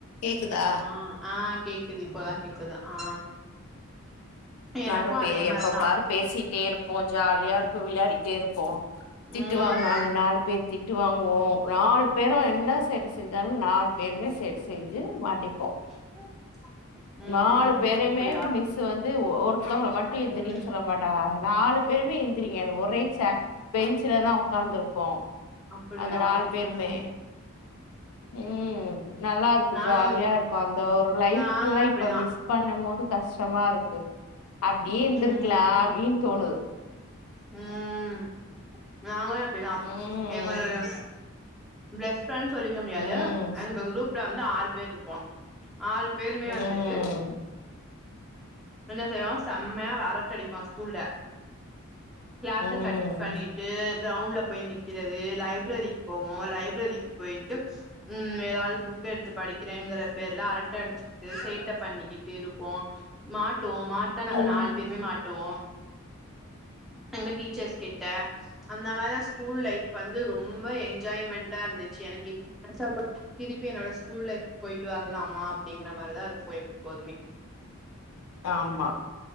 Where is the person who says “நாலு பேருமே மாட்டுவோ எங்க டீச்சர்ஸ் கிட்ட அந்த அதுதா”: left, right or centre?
Centre